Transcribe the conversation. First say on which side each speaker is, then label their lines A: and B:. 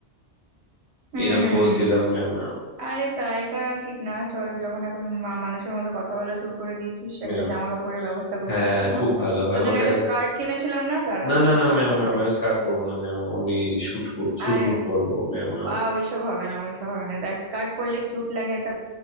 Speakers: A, on the right (about 70°); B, on the left (about 55°).
A: হুম
B: এইরকম পোজ দিলাম মেও মেও
A: আরে তা এটা ঠিক না চল যখন এখন মা- মানুষের মতো কথা বলা শুরু করে দিয়েছিস
B: মেও
A: একটা জামা কাপড়ের ব্যবস্থা করি
B: হ্যাঁ
A: তোর জন্য
B: খুব ভালো হয়
A: তোর
B: আমাকে
A: জন্য একটা
B: একটা
A: স্কার্ট কিনেছিলাম না দাঁড়া
B: না না না
A: স্কার্টটা
B: মেও মেও
A: পরে
B: মেও স্কার্ট পরবো না মেও আমি শুট শুট
A: আর
B: বুট পরবো মেও মেও
A: আ ওইসব হবে না ওইসব হবে না দেখ স্কার্ট পরলে কিউট লাগে একটা